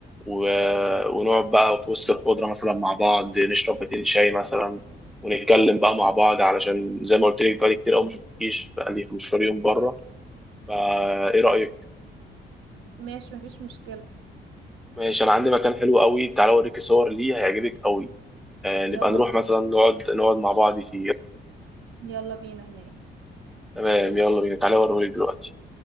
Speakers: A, in the centre; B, on the right (about 80°).
A: و- ونقعد بقى في وسط الخضرة مثلا مع بعض نشرب باتين شاي مثلا ونتكلم بقى مع بعض علشان زي ما قلت لك بقالي كتير قوي ما شفتكيش بقالي 15 يوم بره فايه رأيك
B: ماشي مفيش مشكلة
A: ماشي انا عندي مكان حلو قوي تعالى اوريك صور ليه هيعجبك قوي آه، نبقى
B: يلا
A: نروح
B: بينا
A: مثلا نقعد نقعد مع بعض فيه
B: يلا بينا هناك
A: تمام يلا بينا تعالى اوريهولك دلوقتي